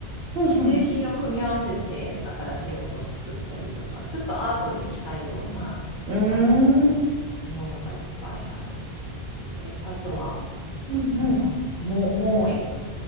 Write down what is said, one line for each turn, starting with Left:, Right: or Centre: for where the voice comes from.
Left: 既製品を組み合わせて新しいものを作ったりとか、
Right: うん
Left: ちょっとアートに近いような、
Right: うん。
Left: あの、
Right: うーん。
Left: ものがいっぱいある感じで、あとは、
Right: うんうん。
Left: あまあ、
Right: も
Left: モモーイっ